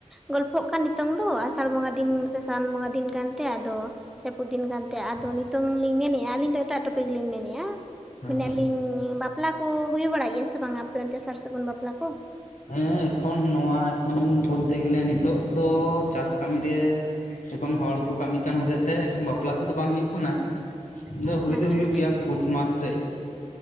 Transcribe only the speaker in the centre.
ᱜᱚᱞᱯᱷᱚᱜ ᱠᱟᱱ ᱱᱤᱛ ᱱᱤᱛᱚᱝ ᱫᱚ ᱟᱥᱟᱲ ᱵᱚᱸᱜᱟ ᱫᱤᱱ ᱥᱮ ᱥᱟᱱ ᱵᱚᱸᱜᱟ ᱫᱤᱱ ᱠᱟᱱᱛᱮ ᱟᱫᱚ ᱡᱟᱹᱯᱩᱫ ᱫᱤᱱ ᱠᱟᱱ ᱛᱮ ᱟᱫᱚ ᱱᱤᱛᱚᱝ ᱞᱤᱧ ᱢᱮᱱᱮ-ᱟ ᱟᱹᱞᱤᱧ ᱫᱚ ᱮᱴᱟᱜ ᱴᱚᱯᱤᱠ ᱞᱤᱧ ᱢᱮᱱᱮᱫᱼᱟ,
ᱢᱮᱱᱮ-ᱟᱞᱤᱧ ᱵᱟᱯᱞᱟ ᱠᱚ ᱦᱩᱭ ᱵᱟᱲᱟᱜ ᱜᱮᱭᱟ ᱥᱮ ᱵᱟᱝᱟ ᱟᱯᱮ ᱚᱱᱛᱮ ᱥᱟᱨᱼᱥᱟᱹᱜᱩᱱ ᱵᱟᱯᱞᱟ ᱠᱚ?
ᱟᱪᱪᱷᱟ